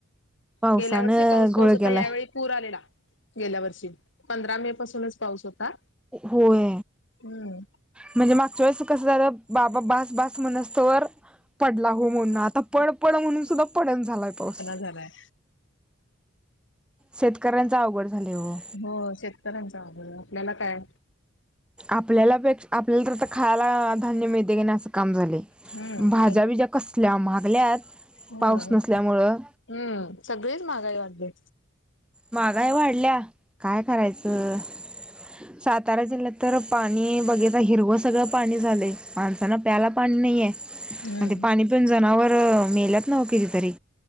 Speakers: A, in the centre; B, on the left (about 60°).
A: पावसानं
B: गेल्या वर्षी पाऊस पाऊस
A: घोळ
B: होता
A: केलाय.
B: यावेळी पूर आलेला गेल्या वर्षी पंधरा मे पासूनच पाऊस होता
A: होय
B: हम्म
A: म्हणजे मागच्या वळेस कसं झालं बाबा बास बास मनस्तोवर पडला हो म्हणून आता पड पड म्हणून सुद्धा पडण झालाय पाऊस
B: झालंय
A: शेतकऱ्यांचा अवघड झाले हो
B: हो शेतकऱ्यांचा अवघड हाय आपल्याला काय
A: आपल्याला पेक्षा आपल्याला तर खायला धान्य मिळते के नाही असं काम झाले
B: हम्म
A: भाज्याबिज्या
B: त्यांच
A: कसल्या मागल्यात
B: हम्म
A: पाऊस नसल्यामुळं
B: हम्म सगळेच महागाई वाटली
A: मागाय वाढल्या काय करायचं सात सातारा जिल्ह्यात तर पाणी बघितलं हिरवं सगळं पाणी झालंय माणसाना प्यायला पाणी नाहीये आणि
B: हम्म
A: ते पाणी पिऊन जनावर मेल्यात नव कितीतरी